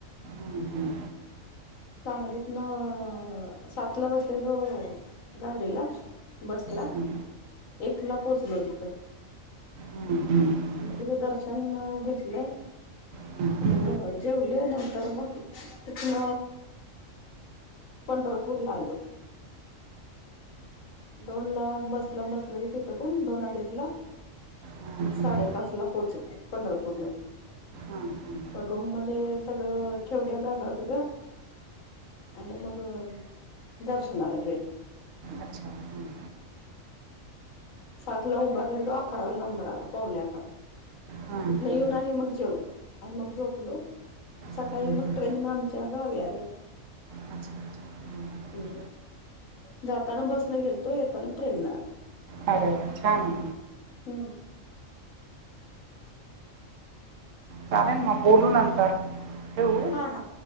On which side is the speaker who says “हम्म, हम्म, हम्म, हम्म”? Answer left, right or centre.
Right